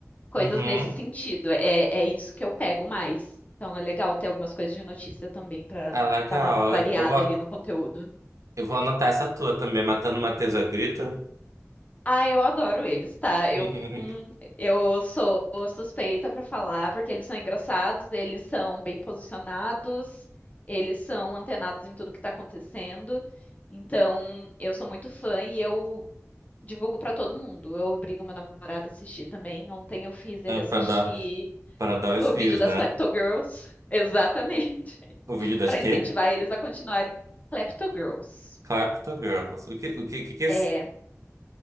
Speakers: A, on the left (about 30°); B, on the right (about 85°).
A: coisas
B: uhum.
A: nesse sentido. É, é isso que eu pego mais. Então é legal ter algumas coisas de notícia também para
B: É legal.
A: dar uma variada
B: Eu vou,
A: ali no conteúdo.
B: eu vou anotar essa tua também, Matando Matheus a Grito.
A: Ah, eu adoro eles, tá? Eu,
B: <laughs>
A: hum, eu sou suspeita para falar porque eles são engraçados, eles são bem posicionados, eles são antenados em tudo que tá acontecendo. Então, eu sou muito fã e eu divulgo para todo mundo. Eu obrigo meu namorado a assistir também. Ontem eu fiz ele assistir
B: Pra dar, pra dar os
A: O
B: views,
A: vídeo das
B: né?
A: Klepto Girls, exatamente, <laughs>
B: O vídeo das
A: para
B: quê?
A: incentivar eles a continuarem Klepto Girls.
B: Clapto Girls. O que, o que, que, que,
A: É.